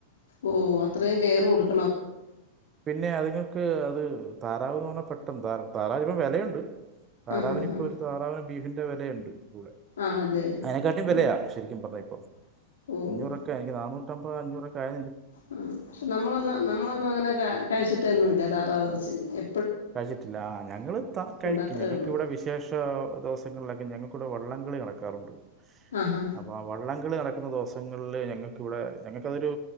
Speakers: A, on the left; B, on the right.
A: ഓ അത്രയും കെയർ കൊടുക്ക
B: പിന്നെ അതുങ്ങൾക്ക് അത് താറാവുന്ന് പറഞ്ഞ പെട്ടെന്ന് താ താറാവ് ഇപ്പം വിലയുണ്ട് താറാവിന്
A: ആഹ് ആഹ്
B: ഇപ്പൊ ഒരു താറാവിന് ബീഫിന്റെ വിലയുണ്ട് കൂടെ
A: ആണല്ലേ
B: അതിനെക്കാട്ടും വിലയാണ്
A: ആഹ്
B: ശരിക്കും പറഞ്ഞാൽ ഇപ്പോൾ
A: ഓഹ്
B: അഞ്ഞൂറൊക്കെ എനിക്ക് നാന്നൂ പത്തമ്പത് അഞ്ഞൂറെക്കായ
A: ഉം ക്ഷേ നമ്മളൊന്നും നമ്മളൊന്നും അങ്ങനെ കഴിച്ചിട്ടൊന്നും ഇല്ല താറാവിറച്ചി ശെ
B: കഴിച്ചിട്ടില്ല ആ ഞങ്ങൾ ത കഴിക്കും
A: അത്രേ
B: ഞങ്ങൾക്കിവിടെ
A: ഉള്ളൂ
B: വിശേഷ ദിവസങ്ങളിലൊക്കെ ഞങ്ങൾക്ക് കൂടെ വളളം കളി നടക്കാറുണ്ട്
A: ആഹാ
B: അപ്പ വള്ളങ്ങളി നടക്ക പുന്ന ദിവസങ്ങളില് ഞങ്ങക്കിവിടെ ഞങ്ങക്കതൊരു